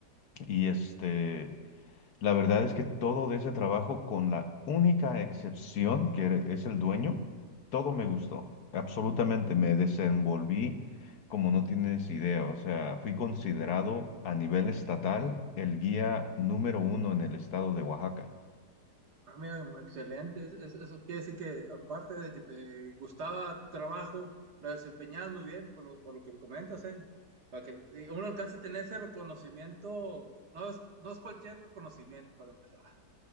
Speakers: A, on the left; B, on the right.
A: y este... La verdad es que todo de ese trabajo, con la única excepción que er- es el dueño, todo me gustó. Absolutamente me desenvolví como no tienes idea. O sea, fui considerado a nivel estatal el guía número uno en el estado de Oaxaca.
B: ah, mira, excelente. Es- es- eso quiere decir que aparte de que te gustaba tu trabajo, lo desempeñabas muy bien, por lo, por lo que me comentas, ¿eh? Para que te- uno alcance a tener ese reconocimiento, no es, no es cualquier reconocimiento para empezar.